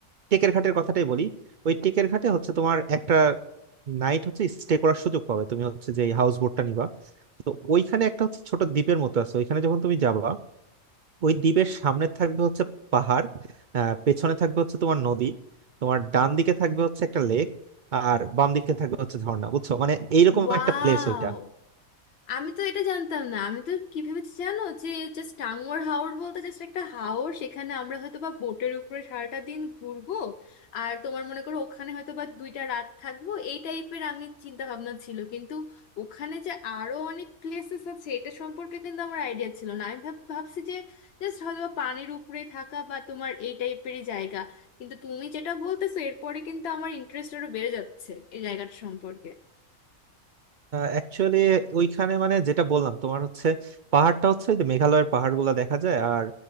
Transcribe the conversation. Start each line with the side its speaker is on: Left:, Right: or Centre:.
Right: টেকের ঘাটের কথাটাই বলি ওই টেকের ঘাটে হচ্ছে তোমার একটা নাইট হচ্ছে স্টে করার সুযোগ পাবে তুমি হচ্ছে যে হাউস বোটটা নিবা তো ওইখানে একটা হচ্ছে ছোট দ্বীপের মতো আছে ওইখানে যখন তুমি যাবা ওই দ্বীপের সামনে থাকবে হচ্ছে পাহাড় আহ পেছনে থাকবে হচ্ছে তোমার নদী তোমার ডান দিকে থাকবে হচ্ছে একটা লেক আর বাম দিকে থাকবে হচ্ছে ঝর্ণা বুঝছো মানে এইরকম
Left: ওয়াও
Right: একটা প্লেস ওইটা
Left: আমি তো এটা জানতাম না আমি তো কি ভেবেছি জানো যে জাস্ট টাঙ্গুয়ার হাওর বলতে জাস্ট একটা হাওর সেখানে আমরা হয়তো বা বোটের উপরে সারাটা দিন ঘুরবো আর তোমার মনে করো ওখানে হয়তো বা দুইটা রাত থাকবো এই টাইপের আমি চিন্তা ভাবনা ছিল কিন্তু ওখানে যে আরো অনেক প্লেসেস আছে এটা সম্পর্কে কিন্তু আমার আইডিয়া ছিল না আমি ভাব- ভাবছি যে জাস্ট হয়তো বা পানির উপরে থাকা বা তোমার এই টাইপেরই জায়গা কিন্তু তুমি যেটা বলতেছো এরপরে কিন্তু আমার ইন্টারেস্ট আরো বেড়ে যাচ্ছে এই জায়গাটা সম্পর্কে
Right: অ্যাকচুয়ালি ওইখানে মানে যেটা বললাম তোমার হচ্ছে পাহাড়টা হচ্ছে ওই যে মেঘালয়ের পাহাড়গুলো দেখা যায় আর